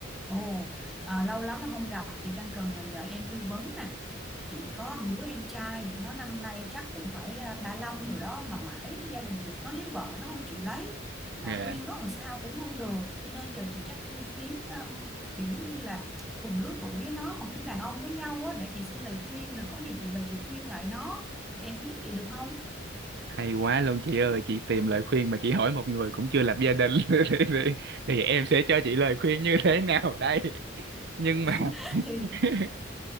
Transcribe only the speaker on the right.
Dạ,
Hay quá luôn chị ơi, chị tìm lời khuyên mà chị hỏi một người cũng chưa lập gia đình <laughs> thì, thì, thì em sẽ cho chị lời khuyên như thế nào đây. Nhưng mà
<laughs>